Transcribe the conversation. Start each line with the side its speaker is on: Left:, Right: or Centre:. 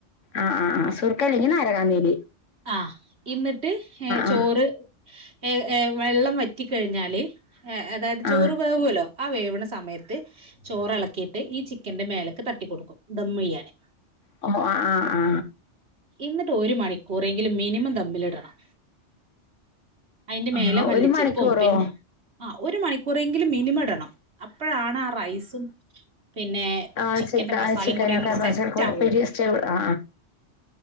Left: ആ ആ ആ സുർക്കില്ലെങ്കിൽ നാരങ്ങാനീര്
Right: ആ ഇന്നിട്ട് ഏ ചോറ്
Left: ആ
Right: ഏഏ വെള്ളം വറ്റിക്കഴിഞ്ഞാല് ഏ അതായത്
Left: ആ
Right: ചോറ് വേവുമല്ലോ ആ വേവണ സമയത്ത് ചോറിളക്കിയിട്ട് ഈ ചിക്കന്റെ മേലേക്ക് തട്ടിിക്കൊടുക്കും ഇ ദം മിഴിയാാന്
Left: ആ ആ ആ
Right: എന്നിട്ട് ഒരു മണിക്കൂറെങ്കിലും മിനിമം തമ്മിലിടണം അതിന്റെ മേലെ
Left: ആ
Right: മല്ലിച്ചപ്പും
Left: ഒരു മണിക്കൂറോ
Right: പിന്നെ ആ ഒരു മണിക്കൂറെങ്കിലും മിനിമ ഇടണം അപ്പോഴാണ് ആ റൈസും പിന്നെ
Left: ആഹ
Right: ചിക്കന്റെ
Left: ച
Right: മസാലയും
Left: ആ ചിക്കനൊക്കെച്ച
Right: കൂടി അങ്ങോട്ട് സെറ്റ്
Left: കു
Right: ആവുള്ളൂ
Left: പരി ഇഷറ്റ ആ